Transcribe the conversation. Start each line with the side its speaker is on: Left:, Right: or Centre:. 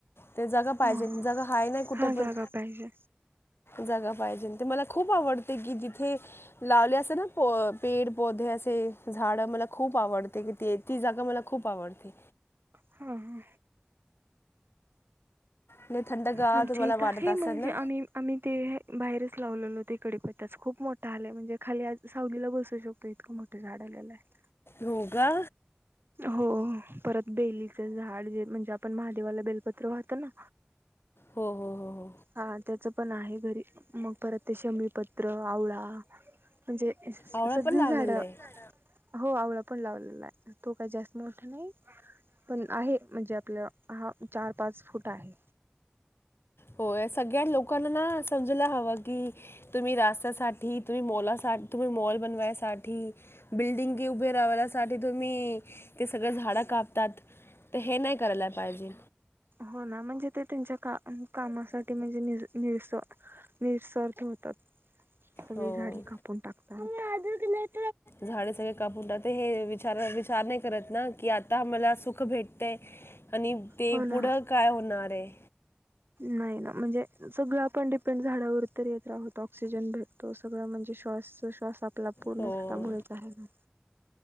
Left: ते जगा पाहिजे
Right: हा हा.
Left: जगा हाय नाही, कुठे
Right: हा
Left: पण
Right: जागा पाहिजे
Left: जगा पाहिजे ते मला खूप आवडत. ते की जिथे लावले असं ना प पेड पौधे असे झाडं मला खूप आवडते की ते ती जागा मला खूप आवडते.
Right: हा हा.
Left: नाही थंडगार
Right: आमच्या
Left: तुम्हाला
Right: इथ आहे
Left: वाटत असेल
Right: मगजे
Left: ना
Right: आम्ही आम्ही ते बाहेरच लावलेलोते इकडेप त्याच खूप मोठा आलाय म्हणजे खाली आज सावलीला बसू शकतो इतकं मोठं झाड आलेलं आहे.
Left: योगा
Right: हो परत बेलीच झाड जे म्हणजे आपण महादेवाला बेलपत्र वाहत ना
Left: हो, हो, हो, हो.
Right: हा त्याच. पण आहे. घरी मग परत ते शमी पत्र आवळा. म्हणजे
Left: आवळा
Right: सगळी
Left: पण लावलेला
Right: झाडं
Left: आहे
Right: हो आवड ण लालेला तो काहीत मोठ नाही पण आहे म्हणजे आप हा च पाच फूट आहे.
Left: हो सगळ्या लोकांना समजला हव की तुम्ही रास्त्यासाठी तुम्ही मोला सा तुम्ही मॉल बनवायसाठी बिल्डिंगे उभे राण्यासाठी तुम्ही ते सगळ झाडं कापतात तर हे नाही करायला पाहिजे.
Right: हो ना म्हणजे, ते त्यांच्या कामासाठी म्हणजे निस निस्वर्थ होतात. सगळी
Left: हो
Right: झाडी कापून टाकतात. <inaudible>
Left: झाडे सगळे कापूनात हे विचार विचार नाही. करत ना की आता मला सुख भेट ते. आणि ते
Right: हो ना
Left: पुढं काय होणार आहे.
Right: नाही, ना म्हणजे सगळं आपण डिपेंड झाडावर तर येत राहोत ऑक्सिजन भेटतो सगळं म्हणजे श्वास श्वास आपला पूर्ण
Left: हो
Right: झाडामुळेच आहे का.